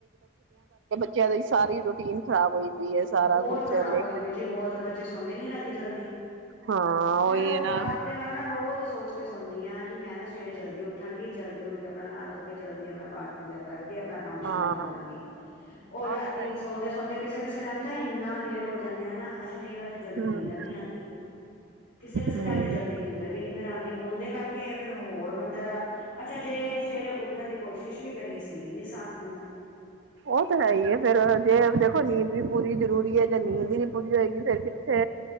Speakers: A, on the right (about 75°); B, on the left (about 60°).
A: ਓਹੀ ਸਾਰੀ ਰੂਟੀਨ ਖਰਾਬ ਹੋਈ। ਪਈ ਹੈ ਸਾਰਾ
B: ਬਹੁਤ
A: ਕੁਛ
B: ਖ਼ਰਾਬ
A: ਲੇਟ
B: ਹੋਈ ਪਈ ਜੀ ਬਹੁਤ ਬੱਚੇ ਸੌਂਦੇ ਨੀ ਰਾਤੀ ਜਲਦੀ।
A: ਹਾਂ
B: ਮੈਂ
A: ਉਹੀ
B: ਰੋ ਔਰ
A: ਹੈ ਨਾ
B: ਆਪਣੇ ਵੱਲੋਂ ਨਾਲ ਰੋਜ਼ ਸੋਚ। ਫੇਰ ਸੌਣੀ ਹਾਂ ਕਿ ਮੈਂ ਨਾ ਸਵੇਰੇ ਜਲਦੀ ਉੱਠ। ਠੰਗੀ ਜਲਦੀ ਉੱਠ ਕੇ ਆਪਣਾ ਨਾਂਹ ਧੋ ਕੇ। ਜਲਦੀ ਆਪਣਾ ਪਾਠ ਪੂਜਾ ਕਰਕੇ ਆਪਣਾ ਕੰਮ
A: ਹਾਂ
B: ਸ਼ੁਰੂ ਕਰ ਲਾਂਗੀ ਉਹ ਰਾਤੀ
A: ਤਾਂ ਹੈ
B: ਵੀ
A: ਹੀ,
B: ਸੌਦੇ ਸੌਦੇ ਕਿਸੇ ਕਿਸੇ। ਕਿਸੇ ਟਾਈਮ ਤਾਂ ਇੰਨਾ ਲੇਟ ਹੋ ਜਾਣੇ ਆ ਨਾ ਅੱਛਾ। ਕਈ ਵਾਰ ਫਿਰ ਜਲਦੀ
A: ਹਮ
B: ਨੀਂਦਰ ਨੀ ਆਉਂਦੀ ਕਿਸੇ ਕਿਸੇ
A: ਹਮ
B: ਟਾਈਮ ਤੇ ਜਲਦੀ ਨਿੰਦਰ ਹੂੰ ਵੀ ਨੀ ਫਿਰ ਆਉਂਦੀ। ਉਹਦੇ ਕਰਕੇ ਫਿਰ ਹੋਰ। ਬੰਦੇ ਦਾ ਅੱਛਾ ਜੇ ਸਵੇਰੇ ਉੱਠਣ ਦੀ ਕੋਸ਼ਿਸ਼ ਵੀ ਕਰੀਏ ਸਰੀਰ ਨੀਂ ਸਾਥ। ਦਿੰਦਾ।
A: ਉਹ ਤਾਂ ਹੈ ਹੀ ਫਿਰ ਜੇ ਦੇਖੋ ਨੀਂਦ ਵੀ ਪੂਰੀ ਜ਼ਰੂਰੀ ਹੈ ਜੇ ਨੀਂਦ ਹੀ ਨੀ ਪੂਰੀ ਹੋਏਗੀ ਫਿਰ ਕਿੱਥੇ